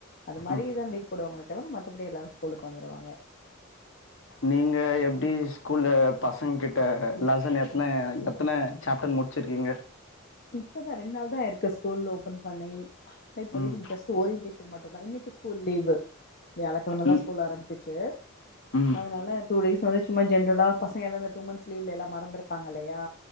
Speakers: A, on the left; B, on the left.
A: அந்த மாரிதா
B: ம்
A: லீவு போடுவாங்களே தவிர மத்தபடி எல்லாரு ஸ்கூலுக்கு வந்துடுவாங்க
B: நீங்க எப்டி ஸ்கூல்ல பசங்க கிட்ட லெசன் எத்தன எத்தன சாப்டர் மு சேரிங்க
A: இப்பதா ரெண்டு நாள் தாருக்கு ஸ்கூல் ஓபன் பண்ணி இப்போதைக்கு
B: ம்
A: ஜஸ்ட்டு ஒரு <unintelligible> மட்டும் தா இன்னைக்கு ஸ்கூல் லீவு வியாழக்கெழமை தா
B: ம்
A: ஸ்கூல் ஆரம்பிச்சு
B: ம்
A: அதனால டூ டேஸ்வந்து சும்மா ஜென்ரலா பசங்க எல்லா டூ மஸ்லீவ்ல எல்லா மறந்துருப்பாக இல்லையா